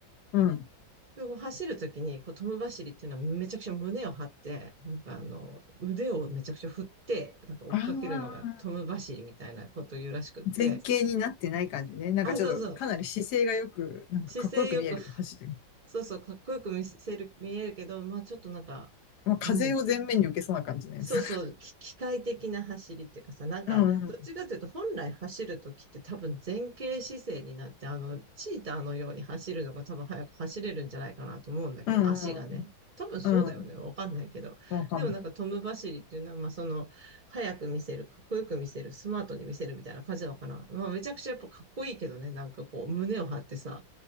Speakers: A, on the left; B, on the right.
A: うん。
B: でも走るときに、こう、トム走りっていうのはめちゃくちゃ胸を張って、なんかあの、腕をめちゃくちゃ振って、なんか追っかけるのがトム走りみたいなことを言うらしくって、
A: ああ、前傾になってない感じね。なんかちょっとかなり姿勢がよく、
B: あ、そうそう、
A: なんかかっこよく見える走る。
B: 姿勢よく、そうそう、かっこよく見せる、見えるけど、まあちょっとなんか、
A: まあ、
B: なん
A: 風を前面に受けそうな感じのやつ。
B: そうそう、き機械的な走りっていうかさ、なんか、
A: うん、うん、
B: どっちかというと、本来走るときって多分前傾姿勢になって、あの、チーターのように走るのが多分早く走れるんじゃないかなと思うんだけど、
A: うん、
B: 足がね。多分そうだよね。
A: うん、うん。
B: わかんないけど。
A: わかんない。
B: でもなんかトム走りっていうのは、まあその、早く見せる、かっこよく見せる、スマートに見せるみたいな感じなのかな。まあめちゃくちゃやっぱかっこいいけどね。なんかこう、胸を張ってさ。